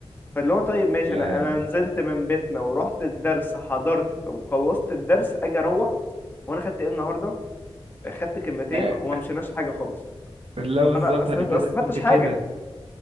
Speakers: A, on the left; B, on the right.
A: فاللي هو طيب ماشي
B: لا
A: انا انا
B: يا عم
A: نزلت من بيتنا ورحت الدرس حضرت وخلصت الدرس اجي اروح وانا خدت ايه النهارده خدت كلمتين
B: آه،
A: وما مشيناش حاجه خالص
B: لا
A: طب
B: بالظبط
A: انا أست-
B: انا
A: ما
B: كده
A: استفدتش
B: كنت كده
A: حاجه